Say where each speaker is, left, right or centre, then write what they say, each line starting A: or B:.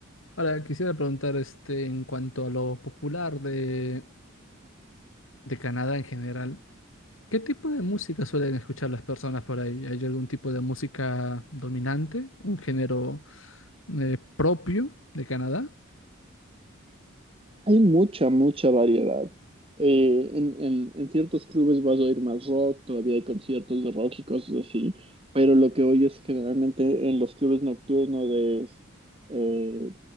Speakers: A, on the left; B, on the right.
A: Ahora, quisiera preguntar, este, en cuanto a lo popular de, de Canadá en general, ¿qué tipo de música suelen escuchar las personas por ahí? ¿Hay algún tipo de música dominante? ¿Un género eh, propio de Canadá?
B: Hay mucha, mucha variedad. Eh, en, en- en ciertos clubes vas a oír más rock, todavía hay conciertos de rock y cosas así, pero lo que oyes generalmente en los clubes nocturnos es, eh,